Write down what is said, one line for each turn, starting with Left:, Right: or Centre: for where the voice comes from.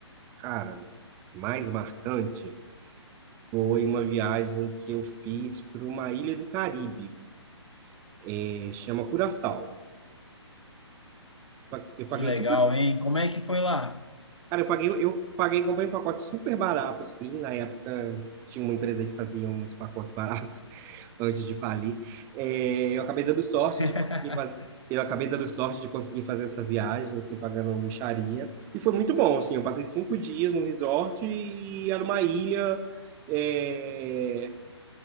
Right: Cara, mais marcante foi uma viagem que eu fiz para uma ilha do Caribe, é, chama Curaçao. Eu pa- eu paguei
Left: Que legal,
Right: super
Left: hein? Como é que foi lá?
Right: Cara, eu paguei, eu paguei, comprei um pacote super barato, assim, na época tinha uma empresa que fazia uns pacotes baratos <laughs> antes de falir. É, eu acabei dando sorte
Left: <laughs>
Right: de conseguir fazer, eu acabei dando sorte de conseguir fazer essa viagem, assim, pagando mixaria. E foi muito bom, assim, eu passei cinco dias no resort e era uma ilha, é,